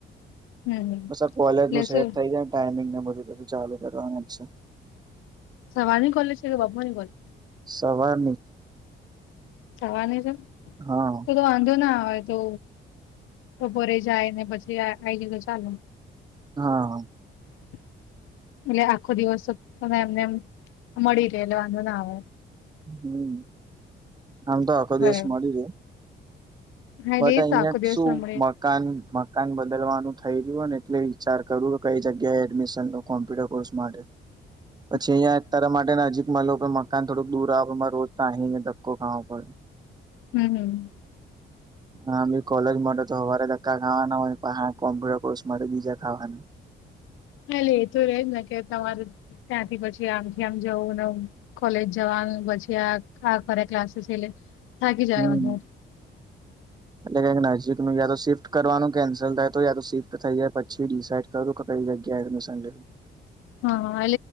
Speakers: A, on the left; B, on the right.
A: હમ હમ
B: બ કોલેજ
A: એટલે
B: નું સેટ
A: શું
B: થઈ જાય, ને ટાઈમિંગ ને બધીી ચાલુ કરવાની જ છે.
A: સવારની કોોલે છે, કે બાપાની કોલે.
B: સવાર
A: જવાની તો <inaudible>
B: હા,
A: તો વાંધો ના આવે તો, બપોરે જાય ને પછી, આ આવી જ તો ચાલ.
B: હા!
A: <inaudible> એટલે આખો દિવસ તને એમને એમ મળી રહેલો, વાંધો ના આવે.
B: હમ, આમ તો અ
A: બરાબર
B: દેશ મળી રહ.
A: હા
B: બટ
A: એટલે એ
B: અહિયાં
A: તો આખો
B: જ
A: દિવસ
B: શું??
A: ના મળે
B: મકાન મકાન બદલવાનું થઈ રહય્યુંને, એટલે વિચાર કરું કઈ જગ્યાએ એડમિશન લો કોમ્પ્યુટર કોર્સ માટે.
A: હ <inaudible>
B: પછી અહીંયાતાર માટે નજીકમાં લો કે મકાન થોડુંક દૂર આવેમાં રોજ તો અહી અયા ધક્કો ખાો પડે.
A: હમ હમ,
B: હ, કોલેજ માટે તોવારે ધકા ખાવાના હોય કોમ્પ્યુટર કોર્સ માટે બીજા ખાવાના.
A: હા, લ એ તો રેજ ને કે તમાર ત્યાંથી પછી આમથી આમ જવું ન. કોલેજ જવાનું પછી, આ આ ફરે ક્લાસીસ, થાકી જાય
B: હમ,
A: <inaudible>
B: એટલે કઈક નજીક નું યા તો શિફ્ટ કરવાનું કેન્સલ થાય, તો યા તો શિફ્ટ થઈ જાય પછી ડિસાઇડ કું ક કઈ જગ્યા એ સંે
A: હા,